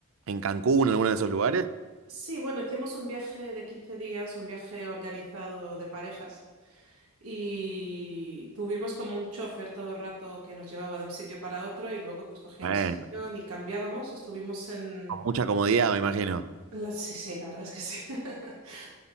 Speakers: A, on the right; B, on the right.
A: En Cancún, en alguno de esos lugares,
B: Sí, bueno, hicimos un viaje de 15 días, un viaje organizado de parejas y tuvimos como un chofer todo el rato que nos llevaba de un sitio para otro y luego pues cogíamos
A: bueno,
B: el avión y cambiábamos. Estuvimos en...
A: con mucha comodidad, me imagino.
B: La... Sí, sí, la verdad es que sí. <laughs>